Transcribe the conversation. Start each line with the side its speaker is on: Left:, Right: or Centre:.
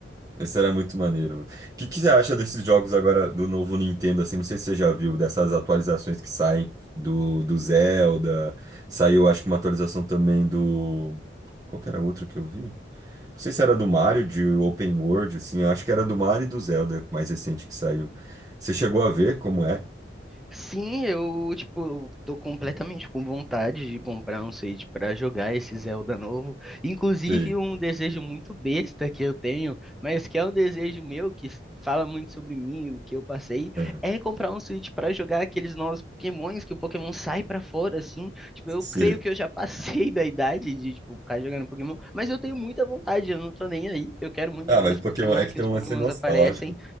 Right: Isso era muito maneiro, mano. O que que você acha desses jogos agora do novo Nintendo, assim? Não sei se você já viu, dessas atualizações que saem do, do Zelda. Saiu, acho que uma atualização também do... Qual que era outro que eu vi? Não sei se era do Mario, de Open World, assim. Eu acho que era do Mario e do Zelda, mais recente que saiu. Você chegou a ver como é?
Centre: Sim, eu, tipo, tô completamente com vontade de comprar um Switch pra jogar esse Zelda novo. Inclusive,
Right: Sim.
Centre: um desejo muito besta que eu tenho, mas que é um desejo meu, que s- fala muito sobre mim, o que eu passei,
Right: Aham.
Centre: é comprar um Switch pra jogar aqueles novos Pokémons, que o Pokémon sai pra fora, assim. Tipo, eu
Right: Sim.
Centre: creio que eu já passei <laughs> da idade de, tipo, ficar jogando Pokémon, mas eu tenho muita vontade, eu não tô nem aí. Eu quero muito
Right: Ah,
Centre: jogar
Right: mas
Centre: esse
Right: Pokémon
Centre: Pokémon,
Right: é que
Centre: que
Right: tem
Centre: os
Right: um
Centre: Pokémons
Right: lance nostálgico.
Centre: aparecem.